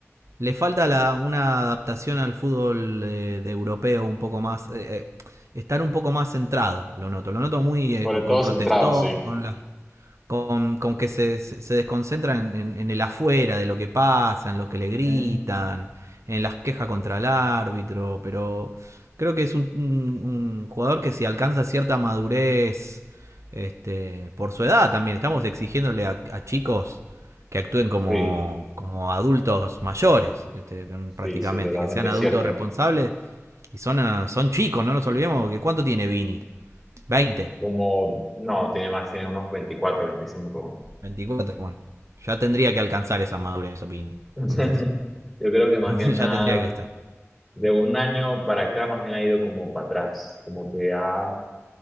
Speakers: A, on the right; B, in the centre.
A: le falta la, una adaptación al fútbol de, de europeo un poco más eh, eh, estar un poco más centrado, lo noto, lo noto muy eh,
B: Sobre todo
A: con protestón,
B: centrado, sí.
A: con las con, con que se, se desconcentran en, en- en el afuera de lo que pasa, en lo que le gritan,
B: Ujú.
A: en las quejas contra el árbitro, pero creo que es un, un- un jugador que si alcanza cierta madurez, este, por su edad también, estamos exigiéndole a, a chicos que actúen como,
B: Sí,
A: como adultos mayores, este,
B: sí,
A: prácticamente,
B: sí, totalmente
A: que sean adultos
B: cierto.
A: responsables y son, ah, son chicos, no nos olvidemos que cuánto tiene Vini, 20.
B: Como, no, tiene más, tiene unos 24 veinticinco
A: veinticuatro bueno. Ya tendría que alcanzar esa madurez, Opini.
B: <laughs>
A: Entonces,
B: Yo creo que más
A: <laughs>
B: bien nada,
A: ya tendría que estar.
B: de un año para acá, más bien ha ido como para atrás, como que ha,